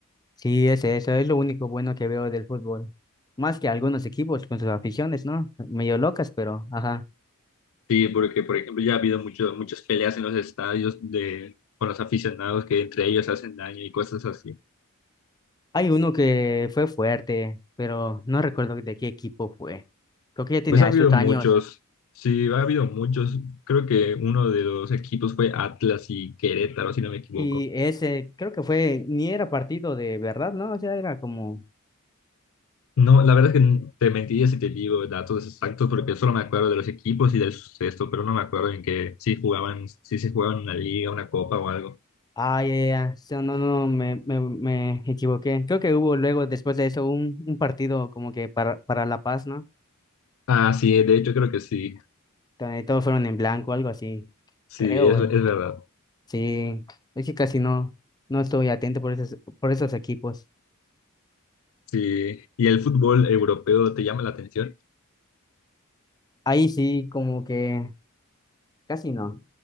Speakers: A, on the left; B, on the left.
A: Sí, ese, eso es lo único bueno que veo del fútbol. Más que algunos equipos con sus aficiones, ¿no? Medio locas, pero ajá.
B: Sí, porque por ejemplo ya ha habido mucho- muchas peleas en los estadios de, con los aficionados que entre ellos hacen daño y cosas así.
A: Hay uno que fue fuerte, pero no recuerdo de qué equipo fue. Creo que ya tenía
B: Pues ha habido
A: sus años.
B: muchos, sí, ha habido muchos. Creo que uno de los equipos fue Atlas y Querétaro, si no me equivoco.
A: Y ese, creo que fue, ni era partido de verdad, ¿no? O sea, era como,
B: No, la verdad es que te mentiría si te digo datos exactos porque solo me acuerdo de los equipos y del suceso, pero no me acuerdo en que si jugaban, si se jugaban una liga, una copa o algo.
A: ah ya, ya, so- no, no, me, me, me equivoqué. Creo que hubo luego, después de eso, un, un partido como que para, para La Paz, ¿no?
B: Ah, sí, de hecho creo que sí,
A: Donde Todos fueron en blanco, algo así.
B: sí,
A: Creo,
B: es,
A: güey.
B: es verdad.
A: Sí, es que casi no, no estoy atento por esos, por esos equipos.
B: Sí. ¿Y el fútbol europeo te llama la atención?
A: Ahí sí, como que casi no,